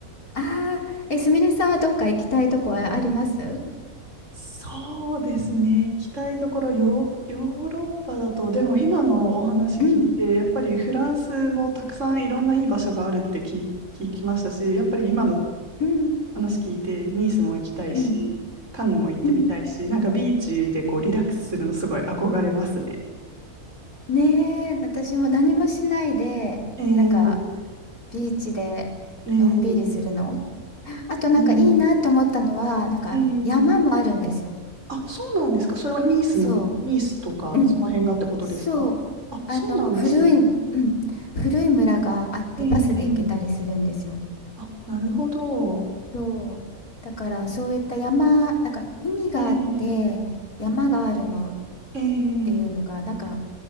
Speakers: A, on the left (about 75°); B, on the right (about 55°).
A: ああ、え、すみれさんはどっか行きたいとこはあります
B: そうですね。行きたいところ、ヨー、ヨーロッパだと、でも今のお話聞いて、
A: うん。
B: やっぱりフランスもたくさんいろんないい場所があるって聞い、聞きましたし、やっぱり今の
A: うん。
B: 話聞いて、ニースも行きたいし、
A: うん。
B: カンヌも行ってみたいし、
A: うん。うん
B: なんかビーチでこうリラックスするのすごい憧れますね。
A: うんねえ、私も何もしないで、
B: えー、
A: なんか、ビーチでのんびりするの。
B: えー、
A: <gasps> あとなんかいいなと思ったのは、
B: えー、
A: なんか山もあるんですよ。
B: えーあ、そうなんですか。それはニースの、
A: そ
B: ニースとかその辺がってことですかあ、
A: う。うん。そう。
B: そうなんですね。
A: あの、古い、うん。古い村があってバスで行けたりするんですよ。
B: えー、あ、なるほど。
A: そう。だからそういった山、なんか海があって山があるのっ
B: えー、えー、
A: ていうのが、なんか